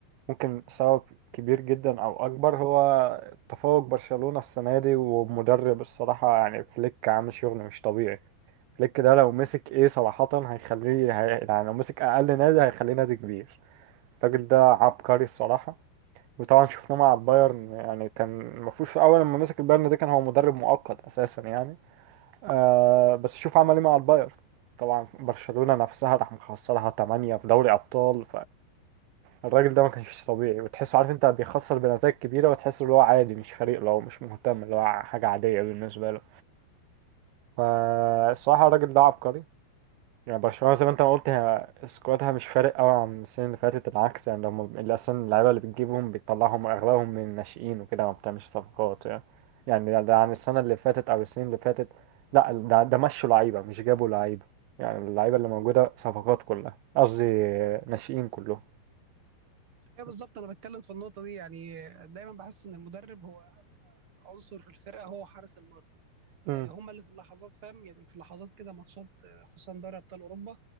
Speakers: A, on the right (about 80°); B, on the right (about 40°).
A: ممكن سبب كبير جدا او اكبر هو تفوق برشلونة السنة دي ومدرب الصراحة يعني فليك عامل شغل مش طبيعي فليك ده لو مسك ايه صراحة هيخليه هي... يعني لو مسك اقل نادي هيخليه نادي كبير الراجل ده عبقري الصراحة وطبعا شفناه مع البايرن يعني كان المفروض في اول لما مسك البايرن ده كان هو مدرب مؤقت اساسا يعني آه بس شوف عمل ايه مع البايرن طبعا برشلونة نفسها راح مخسرها 8 في دوري ابطال الراجل ده ما كانش طبيعي وتحسه عارف انت بيخسر بنتائج كبيرة وتحسه اللي هو عادي مش فريق لو مش مهتم اللي هو حاجة عادية بالنسبة له فالصراحة الراجل ده عبقري يعني برشلونة زي ما انت ما قلت هي سكوادها مش فارق قوي عن السنين اللي فاتت بالعكس يعني لما اللي اصلا اللعيبة اللي بتجيبهم بتطلعهم اغلبهم من الناشئين وكده ما بتعملش صفقات يعني يعني ده ده عن السنة اللي فاتت او السنين اللي فاتت لا ده ده مشوا لعيبة مش جابوا لعيبة يعني اللعيبة اللي موجودة صفقات كلها قصدي ناشئين كلهم
B: ايوه بالظبط انا بتكلم في النقطة دي يعني دايما بحس ان المدرب هو عنصر في الفرقة هو حارس المرمى
A: امم
B: آه، هما اللي في اللحظات فاهم يعني في اللحظات كده ماتشات آه، خصوصا دوري ابطال اوروبا